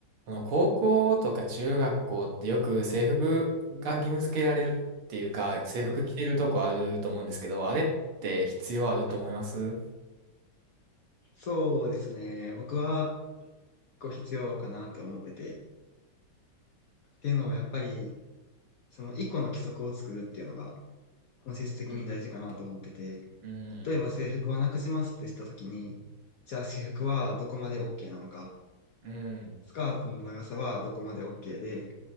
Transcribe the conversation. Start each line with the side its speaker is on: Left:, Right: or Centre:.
Right: あの高校とか中学校ってよく制服が義務付けられるっていうか、制服着てるとこあると思うんですけど、
Left: うん。
Right: あれって必要あると思います
Left: そうですね。僕はこう必要かなと思ってて。っていうのもやっぱり、その一個の規則を作るっていうのが本質的に大事かなと思ってて。
Right: うん。うん。
Left: 例えば制服をなくしますってしたときに、じゃあ私服はどこまで OK なのか。
Right: うん。
Left: スカートの長さはどこまで OK で、